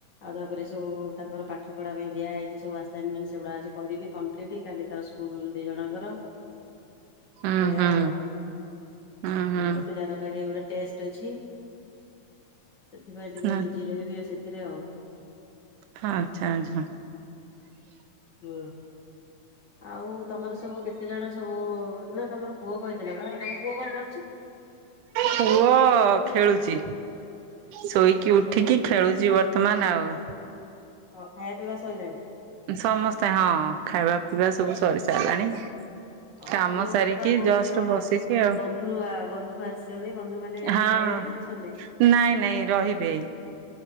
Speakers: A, on the left; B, on the right.
A: ଆଉ ତାପରେ ସବୁ ତାଙ୍କର ପାଠ ପଢା ପାଇଁ ଦିଆ ହେଇଛି ସବୁ ଆସାଇନମେଣ୍ଟ ସେଗୁଡା ଆଜି କରିବି କମ୍ପ୍ଲିଟ କାଲି ତାର ସ୍କୁଲ ଦି ଜଣଙ୍କର
B: ହୁଁ
A: ଏଆ
B: ହୁଁ
A: ଆଉ
B: ହୁଁ ହୁଁ
A: ଗୋଟେ ପିଲାର କାଲି ଗୋଟେ ଟେଷ୍ଟ୍ ଟେଲସି ସେଥିପାଇଁ
B: ଆଚ୍ଛା
A: ଟିକେ ବିଜି ରହିବି ଆଉ ସେଥିରେ ଆଉ।
B: ହ ଆଚ୍ଛା ଆଛା।
A: ହୁଁ। ଆଉ ତମର ସବୁ କେତେ ଜଣ ସବୁ ନା ତମର ପୁଅ କହିଥିଲା ବା ତମ ପୁଅ କଣ କରୁଛି?
B: ପୁଅ ଖେଳୁଛି। ଶୋଇକି ଉଠିକି
A: ଓହୋ
B: ଖେଳୁଛି ବର୍ତ୍ତମାନ ଆଉ।
A: ହଉ ଖାଇବା ପିଇବା ସରିଲାଣି?
B: ସମସ୍ତେ ହଁ ଖାଇବା ପିଇବା ସବୁ ସରି ସାରିଲାଣି।
A: ହଉ
B: କାମ
A: ଆପଣ
B: ସାରିକି
A: ବା କହୁଥିଲେ
B: ଜଷ୍ଟ
A: କଣ
B: ବସିଛି ଆଉ
A: ବନ୍ଧୁ ବନ୍ଧୁ ଆସିଛନ୍ତି ବନ୍ଧୁ ମାନେ
B: ହଁ
A: ଗଲେଣି? ନା ଅଛନ୍ତି?
B: ନାଇଁ ନାଇଁ ରହିବେ।